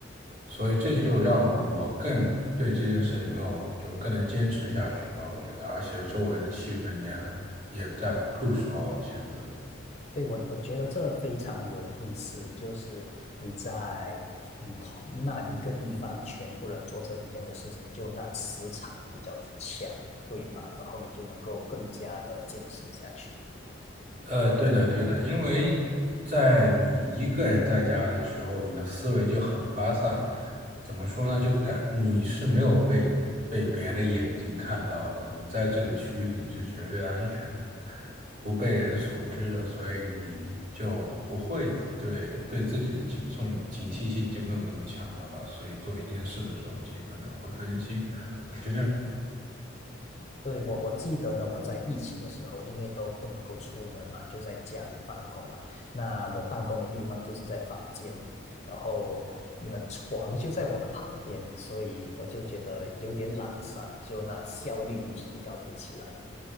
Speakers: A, on the right; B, on the left.
A: 所以这就让我更对这件事情没有就更能坚持下去吧，我觉得，而且周围的气氛也很也在 push 我往前走。
B: 对，我我觉得这非常有意思，就是你在嗯同那一个地方，全部人做着一样的事情，就那磁场比较强，对吧？然后你就能够更加的坚持下去。
A: 呃，对的，对的，因为在你一个人在家的时候，你的思维就很发散。怎么说呢？就感你是没有被被别的眼睛看到的，你在这个区域里是绝对安全的，不被人所知的，所以你就不会对对自己的警送警惕性就没有那么强了吧？所以做一件事的时候，极可能会分心。我是认。
B: 对，我我记得呢，我在疫情的时候，因为都不能够出门嘛，就在家里办公嘛。那我办公的地方就是在房间里，然后那床就在我的旁边，所以我就觉得有点懒散，就那效率提高不起来。